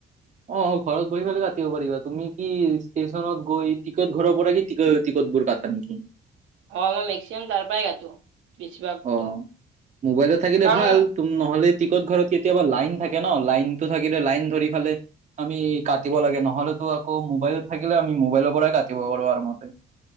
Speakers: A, on the right; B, on the right.
A: অ', ঘৰত বহি পেলাই কাটিব পাৰিবা তুমি কি ষ্টেচনত গৈ টিকট ঘৰৰ পৰা কি টি-টিকট দূৰ <unintelligible> নেকি?
B: হয়। মই মেক্সিমাম তাৰ পৰাই কাটো। বেছিভাগতো
A: অ' মোবাইলত থাকিলে
B: কাৰণ
A: ভাল তুম নহলে টিকট ঘৰত কেতিয়াবা লাইন থাকে ন লাইনতটো থাকিলে লাইন ধৰি ফালে আমি কাটিব লাগে নহলে তো আকৌ মোবাইলত থাকিলে আ মোবাইলৰ পৰাই কাটিব পাৰো আৰু মতে